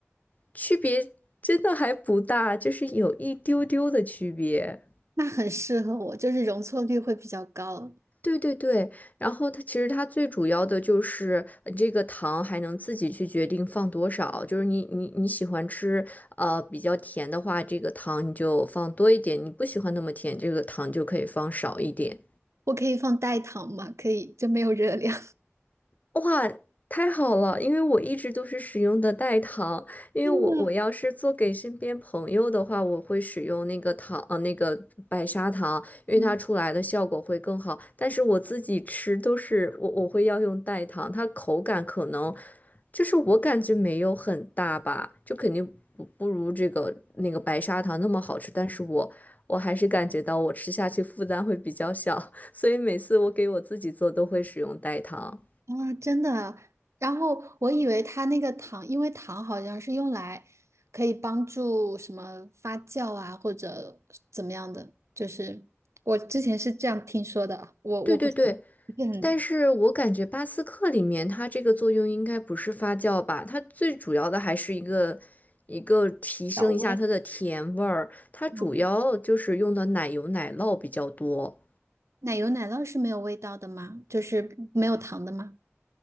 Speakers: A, on the left; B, on the right.
A: 区别真的还不大，就是有一丢丢的区别。
B: 那很适合我，就是容错率会比较高。
A: 对对对，然后它其实它最主要的就是呃这个糖还能自己去决定放多少，就是你你你喜欢吃呃比较甜的话，这个糖你就放多一点；你不喜欢那么甜，这个糖就可以放少一点。
B: 我可以放代糖吗？可以，就没有热量。
A: 哇，太好了！因为我一直都是使用的代糖，因为我我要是做给身边朋友的话，
B: 真的，
A: 我会使用那个糖，呃，那个白砂糖，因为它出来的效果会更好。
B: 嗯
A: 但是我自己吃都是我我会要用代糖，它口感可能就是我感觉没有很大吧，就肯定不不如这个那个白砂糖那么好吃。但是我我还是感觉到我吃下去负担会比较小，<laughs> 所以每次我给我自己做都会使用代糖。
B: 啊，真的。然后我以为它那个糖，因为糖好像是用来可以帮助什么发酵啊，或者怎么样的，就是我之前是这样听说的，我我不是
A: 对对对，
B: 不是很
A: 但是我感觉巴斯克里面它这个作用应该不是发酵吧，它最主要的还是一个一个提升一下它的甜味儿，
B: 调味。
A: 它主要就是用的奶油奶酪比较多。
B: 嗯奶油奶酪是没有味道的吗？就是没有糖的吗